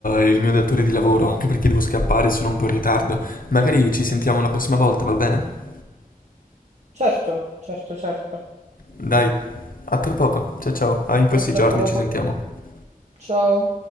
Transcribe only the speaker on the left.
il mio datore di lavoro, anche perché devo scappare, sono un po' in ritardo. Magari ci sentiamo la prossima volta, va bene?
Dai, a tra poco. Ciao ciao, ah, in questi
giorni
ci sentiamo.